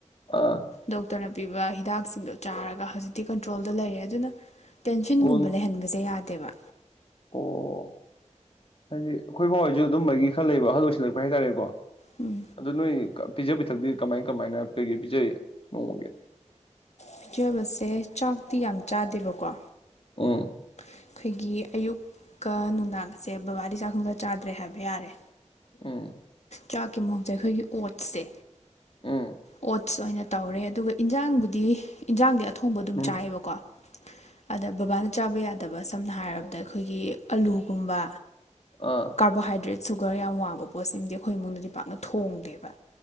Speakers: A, on the left; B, on the left.
A: ꯑꯥ
B: ꯗꯣꯛꯇꯔꯅ ꯄꯤꯕ ꯍꯤꯗꯥꯛꯁꯤꯡꯗꯣ ꯆꯥꯔꯒ ꯍꯧꯖꯤꯛꯇꯤ ꯀꯟꯇ꯭ꯔꯣꯜꯗ ꯂꯩꯔꯦ ꯑꯗꯨꯅ ꯇꯦꯟꯁꯟꯒꯨꯝꯕ
A: ꯑꯣ
B: ꯂꯩꯍꯟꯕꯁꯦ ꯌꯥꯗꯦ꯫ ꯇꯦꯕ
A: ꯑꯣ ꯍꯥꯏꯗꯤ ꯑꯈꯣꯏ ꯕꯥ ꯍꯣꯏꯁꯨ ꯑꯗꯨꯝꯕꯒꯤ ꯈꯔ ꯂꯩꯕ ꯑꯍꯜ ꯑꯣꯏꯁꯤꯜꯂꯛꯄꯩ ꯍꯥꯏꯇꯥꯔꯦꯀꯣ꯫
B: ꯎꯝ
A: ꯑꯗꯨ ꯅꯣꯏ ꯀ ꯄꯤꯖ ꯄꯊꯛꯇꯤ ꯀꯃꯥꯏ ꯀꯃꯥꯏꯅ ꯀꯩꯀ ꯄꯤꯖꯩ ꯅꯣꯡꯃꯒꯤ꯫
B: ꯄꯤꯖꯕꯁꯦ ꯆꯥꯛꯇꯤ ꯌꯥꯝ ꯆꯥꯗꯦꯕꯀꯣ
A: ꯑꯣ
B: ꯑꯩꯈꯣꯏꯒꯤ ꯑꯌꯨꯛꯀ ꯅꯨꯡꯗꯥꯡꯒꯁꯦ ꯕꯕꯥꯗꯤ ꯆꯥꯛ ꯁꯨꯡꯆꯥ ꯆꯥꯗ꯭ꯔꯦ ꯍꯥꯏꯕ ꯌꯥꯔꯦ꯫
A: ꯎꯝ
B: ꯆꯥꯛꯀꯤ ꯃꯍꯨꯠꯁꯦ ꯑꯈꯣꯏꯒꯤ ꯑꯣꯠꯁꯦ
A: ꯎꯝ
B: ꯑꯣꯠꯁ ꯑꯣꯏꯅ ꯇꯧꯔꯦ ꯑꯗꯨꯒ ꯏꯟꯖꯥꯡꯕꯨꯗꯤ ꯏꯟꯖꯥꯡꯗꯤ ꯑꯊꯣꯡꯕ ꯑꯗꯨꯝ
A: ꯎꯝ
B: ꯆꯥꯏꯑꯕꯀꯣ ꯑꯗ ꯕꯕꯥꯅ ꯆꯥꯕ ꯌꯥꯗꯕ ꯁꯝꯅ ꯍꯥꯏꯔꯕꯗ ꯑꯩꯈꯣꯏꯒꯤ ꯑꯂꯨꯒꯨꯝꯕ
A: ꯑꯥ
B: ꯀꯔꯕꯣꯍꯥꯏꯗ꯭ꯔꯦꯠ ꯁꯨꯒꯔ ꯌꯥꯝ ꯋꯥꯡꯕ ꯄꯣꯠꯁꯤꯃꯗꯤ ꯑꯩꯈꯣꯏ ꯏꯃꯨꯡꯗꯗꯤ ꯄꯥꯛꯅ ꯊꯣꯡꯗꯦꯕ